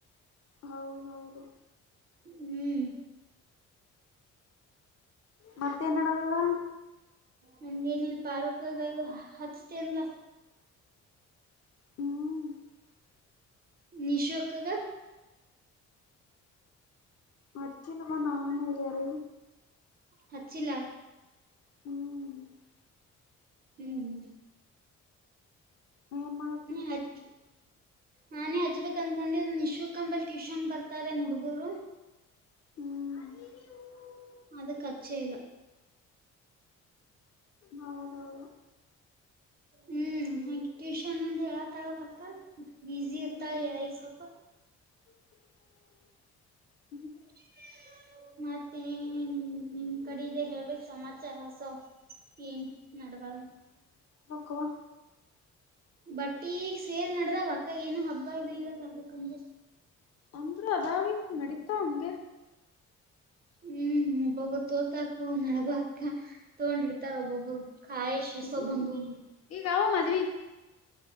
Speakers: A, on the left (about 55°); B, on the right (about 30°).
A: ಹೌದೌದು
B: ಹ್ಮ್
A: ಮತ್ತೇನ್ ನಡೆದ
B: ನಂದೇನಲ್ ಪಾರೋಕಗೈದು ಹಚ್ತೇನಲ್ಲ
A: ಹ್ಮ್
B: ನಿಷು ಎಕ್ಕಾಗ
A: ಮರ್ಚಿಲು ಬ ನವಚಾರೆ
B: ಹಚ್ಚಿಲ್ಲಾ
A: ಹ್ಮ್
B: ಹ್ಮ್ ಹ್ಮ್
A: ಹ ಏನ್ ಮಾಡತಿ
B: ಹಚ್ ನಾನೇ ಹಚ್ಬೇಕಕ್ ಅನ್ಕೊಂಡಿದ ನಿಶಕ್ಂಬಲ್ ಟ್ಯೂಷನ್ ಬರ್ತಾರೆ ಹುಡುಗೂರು
A: ಹ್ಮ್
B: ಅದು ಕಚ್ಚೇಲ್ಲ
A: ಹೌಹೌದು
B: ಹ್ಮ್ ಹಾಗ ಟ್ಯೂಷನ್ ಅಂದ ಹೇಳತಳದ ಅಕ್ಕ ಬಿಜಿ
A: ಹ್ಮ್
B: ಇರ್ತಾನೆ ಹೇಳಿ ಸಪ್ಪ
A: <inaudible>
B: ಹ <inaudible> ಮತ್ತೆ ನಿಮ್ ಕಡೆದ ಹೇಳ್ಬೇಕು ಸಮಾಚಾರಸೊ ಏನ್ ನಡದಾವೆ
A: ಕವಾ
B: ಬಟ್ ಈಗ ಸೇಲ್ ನಡ್ದ ಅಕ್ಕ ಏನು ಹಬ್ಬ ಇದ ಇಲ್ಲಲ್ಲ ಅದಕ್ಕಂದ
A: ಅಂದ್ರೆ ಅದಾವಿ ನಡೀತಾ ಅಂದೆ
B: ಹ್ಮ್ ಒಬ್ಬೊಬ್ಬರು ತೋತಾರ್ತ ನಡಬಕ ತಗೊಂಡಿಡ್ತಾರ ಒಬ್ಬೊಬ್ರು ಕಾಯ ಶ
A: ಹ್ಮ್
B: ಸೊಬಧುವನ್ನು
A: ಈಗ ಅವ ಮದ್ವಿ